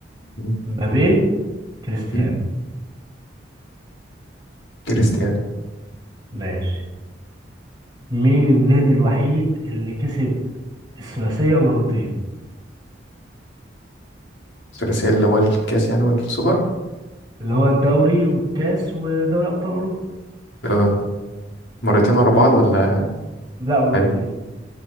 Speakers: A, on the left; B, on the right.
A: مم.
B: مبابي كريستيانو
A: مم. كريستيانو
B: ماشي مين النادي الوحيد اللي كسب الثلاثية مرتين
A: الثلاثية اللي هو الكاس يعني والسوبر
B: اللي هو الدوري والكاس ودوري أبطال أوروبا
A: آه. مرتين ورا بعض ولا
B: لا مرتين
A: عادي